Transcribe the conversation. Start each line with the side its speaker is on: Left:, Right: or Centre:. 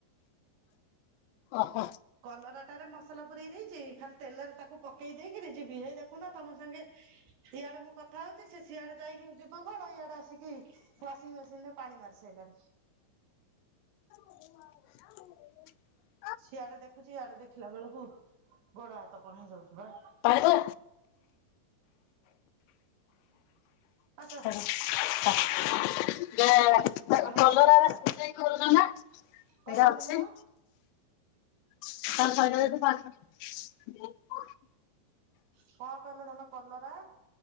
Left: ଓହୋ
Right: କଲରାଟାରେ ମସଲା ପୁରେଇ ଦେଇଛି ଖାଲି ତେଲରେ ତାକୁ ପକେଇ ଦେଇକିରି ଯିବି ହେଇ ଦେଖୁନା ତମ ସାଙ୍ଗେ ଇଆଡେ ମୁଁ କଥା ହଉଚି ସେ ସିଆଡେ ଯାଇକି ଯୋଉ ବଗବଗୁଲିଆ ଟା ଆସିକି ୱାସିଂ ମେସିନ୍ ରେ ପାଣି ମାରି ସାଇଲାଣି।
Left: <inaudible>
Right: ସିଆଡେ ଦେଖୁଚି ଇଆଡେ ଦେଖିଲା ବେଳକୁ ଗୋଡ ହାତ କଣ ହେଇଁ ଯାଉଚି ବା।
Left: ପାଇଲ?
Right: ଆସ
Left: ଛାଡ ଆ ଯା ଆ ଆ
Right: ଆଉ
Left: କଲରାରା
Right: ବଡ ପୁଅ
Left: ସିଝେଇ କରିଦଉନ? ସିଝା
Right: କଣ କହିଲ
Left: ଅଛି।
Right: ଧନ?
Left: <unintelligible>
Right: କଣ କହିଲ ଧନ କଲରା?